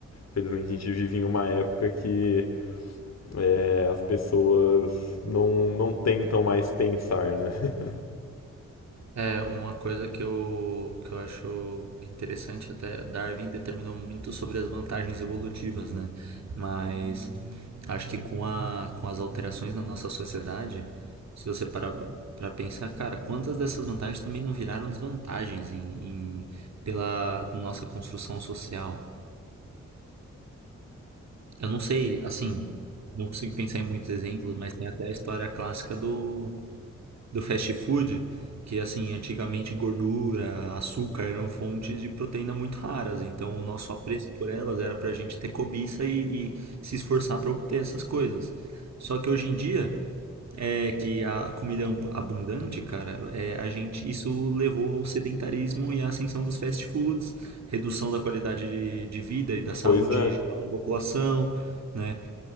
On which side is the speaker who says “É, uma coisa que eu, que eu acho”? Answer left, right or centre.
Right